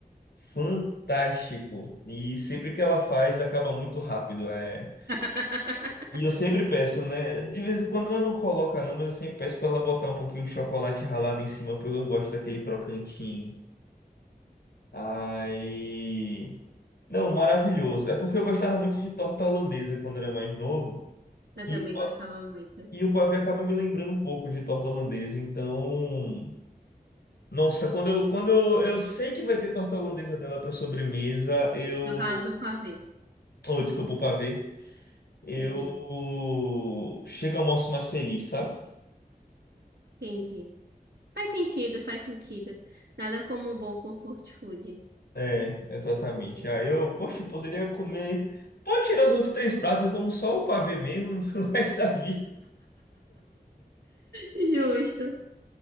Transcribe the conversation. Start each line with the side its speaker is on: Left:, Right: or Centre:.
Left: fantástico. E sempre que ela faz, acaba muito rápido. É
Right: <laughs>
Left: E eu sempre peço, né? De vez em quando ela não coloca, não, mas eu sempre peço pra ela botar um pouquinho de chocolate ralado em cima, porque eu gosto daquele crocantinho. aí Não, maravilhoso. É porque eu gostava muito de torta holandesa quando era mais novo.
Right: Eu
Left: E,
Right: também
Left: o pa-
Right: gostava muito.
Left: e o pavê acaba me lembrando um pouco de torta holandesa. Então. Nossa, quando eu, quando eu, eu sei que vai ter torta holandesa dela pra sobremesa, eu.
Right: No caso, o pavê.
Left: Oh, desculpa, o pavê. Eu.
Right: Enten-
Left: Chego ao almoço mais feliz, sabe?
Right: Entendi. Faz sentido, faz sentido. Nada como um bom comfort food.
Left: É, exatamente. Aí eu, poxa, eu poderia comer. Pode tirar os outros três pratos, eu como só o pavê mesmo, <laughs> o resto da vida.
Right: Justo,